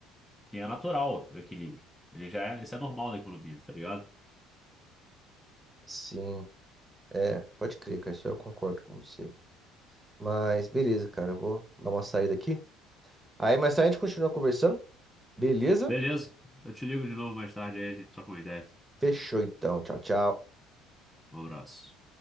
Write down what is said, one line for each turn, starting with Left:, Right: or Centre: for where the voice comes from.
Centre: Que é natural o equilíbrio. Ele já é, isso é normal na economia, tá ligado?
Right: sim, é, pode crer, cara. Isso eu concordo com você. Mas beleza, cara. Eu vou dar uma saída aqui. Aí mais tarde a gente continua conversando. Beleza?
Centre: Beleza, eu te ligo de novo mais tarde aí a gente troca uma ideia.
Right: Fechou então. Tchau, tchau.
Centre: Um abraço.